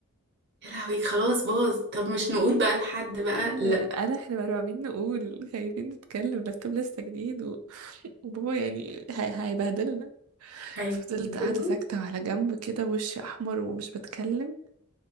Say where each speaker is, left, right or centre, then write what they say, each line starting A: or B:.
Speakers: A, on the right; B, on the right.
A: يا لهوي خلاص باظ طب مش نقول بقى لحد بقى
B: <laughs> احنا
A: لا
B: انا احنا مرعوبين نقول خايفين نتكلم اللابتوب لسه جديد و... وبابا يعني هي... هيبهدلنا
A: هينزلكم
B: فضلت قاعدة ساكتة على جنب كده وشي أحمر ومش بتكلم